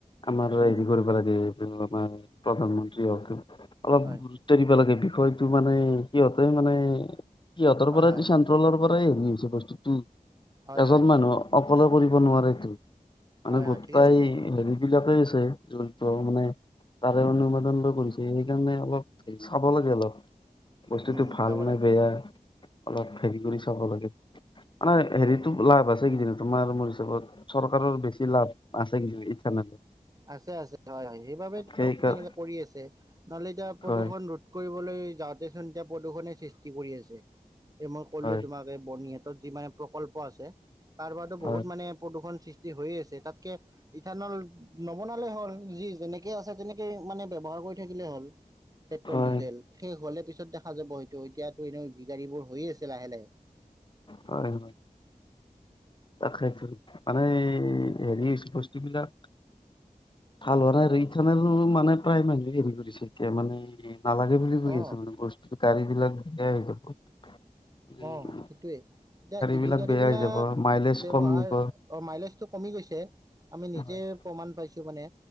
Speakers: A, on the left (about 35°); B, on the right (about 25°).
A: আমাৰ হেৰি
B: উম
A: কৰিব লাগে এই আমাৰ প্ৰধানমন্ত্ৰী হওঁক অলপ
B: হয়
A: লাগে বিষয়টো মানে সিহঁতে মানে সিহঁতৰ
B: হয়
A: পৰাইটো
B: হয়
A: চেণ্ট্ৰেল ট্ৰলৰ পৰাই হেৰি হৈছে বস্তুটো
B: হয়
A: এজন
B: হয়
A: মানুহ অকলে কৰিব নোৱাৰেটো। মানে
B: হয়
A: গোটেই
B: হয় ঠিকে কৈছা
A: হেৰি বিলাকেই আছে জৰিত মানে তাৰে অনুবাদনটো কৰিছে সেইকাৰণে অলপ হে চাব লাগে অলপ। বস্তুটো
B: উম
A: ভাল
B: চাব
A: নে
B: লাগে
A: বেয়া অলপ হেৰি কৰি চাব লাগে। এনে
B: হয়
A: হেৰিটো
B: হয়
A: লাভ আছে কেইদিনমান তোমাৰ মোৰ হিচাপত চৰকাৰৰ বেছি লাভ আছে কিজানি ইথানলত
B: আছে আছে হয় হয় সেইবাবে তেওঁলোকে
A: সেই কাৰ
B: এনেকুৱা কৰি আছে নহ'লে এতিয়া প্ৰদূষণ
A: হয়
B: ৰোধ কৰিবলৈ যাওঁতেচোন এতিয়া প্ৰদূষণে সৃষ্টি কৰি আছে। এই মই ক'লোয়েই
A: হয়
B: তোমাক এই বৰ্নিহাটত যিমান প্ৰকল্প আছে তাৰ পৰাটো
A: হয়
B: বহুত মানে প্ৰদূষণ সৃষ্টি সৃষ্টি হৈয়ে আছে তাতকে ইথানল নবনালে হ'ল যি যেনেকে আছে তেনেকে মানে ব্যৱহাৰ কৰি থাকিলে হ'ল। পেট্ৰল,
A: হয়,
B: ডিজেল শেষ হ'লে পিছত দেখা যাব। সেইটো এতিয়াতো এনে <unintelligible> বোৰ হৈয়ে আছে লাহে-লাহে।
A: হয়। তাকেইটো, মানেই হেৰি হৈছে বস্তু বিলাক ভাল হোৱা নাই আৰু <unintelligible> মানে প্ৰায় মানুহে হেৰি কৰিছে এতিয়া মানে নালাগে বুলি কৈ
B: অ
A: আছোঁ, মানে বস্তুটো গাড়ী বিলাক বেয়া হৈ যাব। উম,
B: অ, সেইটোৱে, এতিয়া ই
A: বিলাক
B: ভি গাড়ী
A: বেয়া
B: বিলাক
A: হৈ যাব মাইলেজ
B: ডেভ
A: কমিব।
B: <unintelligible> মাইলেজটো কমি গৈছে, আমি নিজেই
A: হয়,
B: প্ৰমাণ পাইছোঁ মানে।